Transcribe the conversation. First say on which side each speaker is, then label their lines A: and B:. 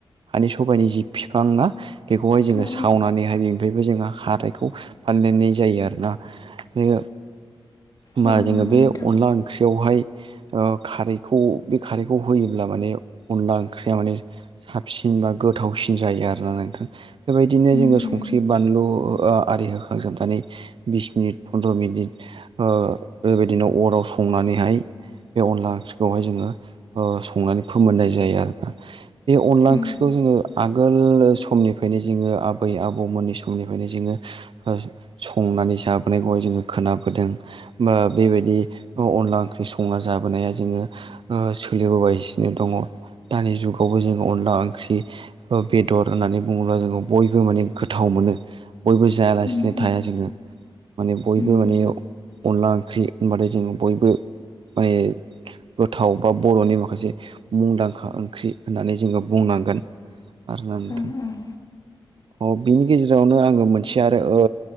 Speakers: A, on the right; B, on the left.
A: हानि सबाइनि जि फिफां ना बेखौहाय जोङो
B: ओं औ
A: सावनानै बे बेनिफ्रायबो जोंहा खारैखौ फानदायनाय जायो आरोना बे होमबा
B: औ
A: जोङो
B: नंगौ नोंथां
A: बे अनला ओंख्रियावहाय खारैखौ बे खारैखौ होयोब्ला माने अनला ओंख्रिया माने साबसिन बा गोथावसिन जायो आरोना नोंथां बेबायदिनो
B: उम
A: जोङो
B: उम
A: संख्रि बानलु ओ आरि होखांजोबनानै बिस मिनिट फन्द्र मिनिट बेबायदिनो अराव संनानैहाय बे अनला ओंख्रिखौहाय जोङो ओ संनानै फोमोननाय जायो आरोना बे अनला
B: उम
A: ओंख्रिखौ जोङो आगोल समनिफ्रायनो जोङो आबै आबौमोननि समनिफ्रायनो जोङो संनानै जाबोनायखौहाय जोङो खोनाबोदों। बा बेबायदि अनला ओंख्रि संना जाबोनाया जोङो सोलिबोगासिनो दङ दानि जुगावबो जोङो अनला ओंख्रि बेदर होननानै बुङोब्ला जोङो बयबो माने गोथाव मोनो बयबो जायालासिनो
B: उम
A: थाया जोङो माने बयबो
B: उम
A: माने अनला ओंख्रि होनबाथाय जोङो बयबो माने गोथाव बा बर'नि माखासे मुंदांखा ओंख्रि होननानै जोङो बुंनांगोन। आरोना नोंथां
B: ओं ओं
A: ओ बिनि गेजेरावनो आङो मोनसे आरो ओ